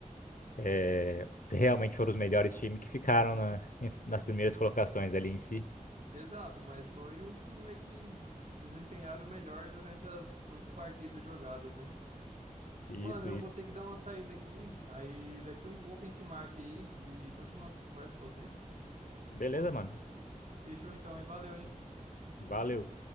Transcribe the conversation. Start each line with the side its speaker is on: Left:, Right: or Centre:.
Left: eh, se realmente foram os melhores times que ficaram na- nas primeiras colocações ali em si.
Right: Exato, mas foi o que meio que des- desempenharam melhor durante as oito partidas jogadas, né?
Left: Isso,
Right: Mano, eu
Left: isso.
Right: vou ter que dar uma saída aqui. Aí daqui um pouco a gente marca aí e continua a nossa conversa, pode ser?
Left: Beleza, mano.
Right: Fechou então, hein? Valeu, hein?
Left: Valeu.